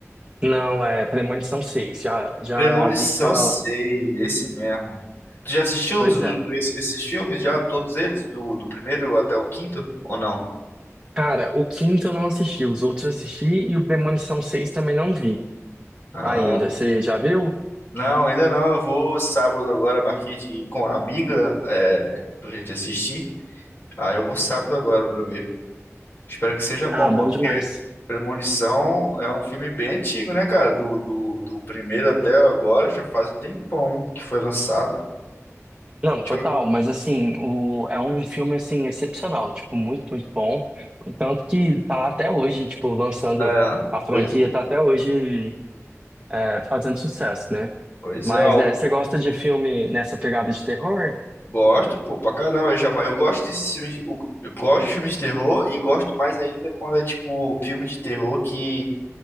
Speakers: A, on the right; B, on the left.
A: Não, é Premonição seis Já, já
B: Premonição
A: vi que tá.
B: seis esse mesmo. Tu já assistiu
A: Pois
B: os- os-
A: é.
B: es- esses filmes já, todos eles, do, do primeiro até o quinto, ou não?
A: Cara, o quinto eu não assisti, os outros eu assisti e o Premonição seis também não vi
B: Ah,
A: ainda. Você já viu?
B: não, ainda não. Eu vou sábado agora, marquei de com a amiga é, pra gente assistir. Ah, eu vou sábado agora pra ver. Espero que seja bom,
A: Ah,
B: mano.
A: bom demais.
B: Porque Premonição é um filme bem antigo, né, cara? Do, do, do primeiro até agora já faz um tempão que foi lançado.
A: Não,
B: Deixa
A: total, mas assim, o, é um filme assim excepcional, tipo, muito, muito bom. Tanto que tá até hoje, tipo, lançando
B: eu... É,
A: a franquia,
B: pois,
A: tá até hoje é, fazendo sucesso, né?
B: pois
A: Mas
B: é, ó.
A: é, você gosta de filme nessa pegada de terror?
B: Gosto, pô, pra caramba. Eu, já, eu gosto desses filmes. de- Eu, eu gosto de filmes de terror e gosto mais ainda quando é tipo filme de terror que,